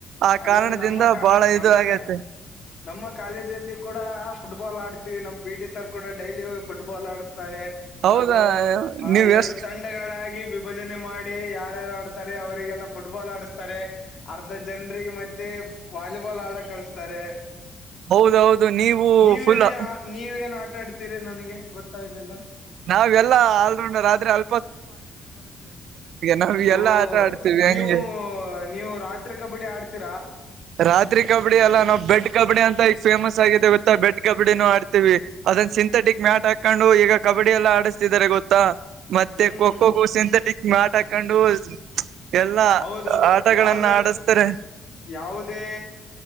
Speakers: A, on the right; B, on the left.
A: ಆ
B: ಅಲ್ಲಾ
A: ಕಾರಣದಿಂದ
B: ನಮ್ಮ ಕ
A: ಬಹಳ ಇದು
B: ನಮ್ಮ
A: ಆಗತ್ತೆ.
B: ಕ ನಮ್ಮ ಕಾಲೇಜ ಅಲ್ಲಿ ಕೂಡ ಫುಟ್ಬಾಲ್ ಆಡ್ತೀವಿ ನಮ್ ಪಿ ಟಿ ಸರ್ ಕೂಡ ಡೈಲಿ ಫುಟ್ಬಾಲ್ ಆಡಸ್ತಾರೆ.
A: ಹೌದಾ
B: ಹಾಗು ಆ
A: ನೀವ್
B: ಎರಡು
A: ಎಷ್ಟ್
B: ತಂಡ. ಗಳಾಗಿ ವಿಭಜನೆ ಮಾಡಿ ಯಾರ್ಯಾರು ಆಡ್ತಾರೆ ಅವರಿಗೆಲ್ಲಾ ಫುಟ್ಬಾಲ್ ಆಡಸ್ತಾರೆ ಅರ್ಧ. ಜನ್ರಿಗೆ ಮತ್ತೆ ವಾಲಿಬಾಲ್ ಆಡ ಕಳಸ್ತಾರೆ.
A: ಹೌದೌದು ನೀವು
B: ನೀವೇನೇನ್
A: ಫುಲ್
B: ನೀವೇನ್ ಆಟಾ ಆಡ್ತೀರಿ ನನಗೆ ಗೊತ್ತಾಗಲಿಲ್ಲ.
A: ನಾವೆಲ್ಲಾ ಆಲ್ರೌಂಡರ್ ಆದ್ರೆ ಅ. ನಾವ್
B: ಓ
A: ಎಲ್ಲಾ ಆಟ ಆಡ್ತೀವಿ ಹಂಗೆ
B: ನೀವು ನೀವು ರಾತ್ರಿ ಕಬಡ್ಡಿ ಆಡ್. ಹು.
A: ರಾತ್ರಿ ಕಬಡ್ಡಿ ಎಲ್ಲಾ ನಾವು ಬೆಡ್ ಕಬಡ್ಡಿ ಅಂತ ಈಗ ಫೇಮಸ್ ಆಗಿದೆ ಇತ್ತ ಬೆಡ್ ಕಬಡ್ಡಿನೂ ಆಡ್ತೀವಿ. ಅದನ್ ಸಿಂಥೆಟಿಕ್ ಮ್ಯಾಟ್ ಹಾಕೊಂಡು ಈಗ ಕಬಡ್ಡಿ ಎಲ್ಲ ಆಡಿಸ್ತಿದ್ದಾರೆ ಗೊತ್ತಾ ಮತ್ತೆ.
B: ಹ್ಮ್
A: ಹೋಗು ಸಿಂಥಟಿಕ್ ಮಟ್್ ಹಾಕೊಂಡು. ಎಲ್ಲಾ
B: ಹೌದು
A: ಆಟಗಳನ್ನ
B: ಯಾವ್ದ.
A: ಆಡಸ್ತಾರೆ
B: ಯಾವುದೇ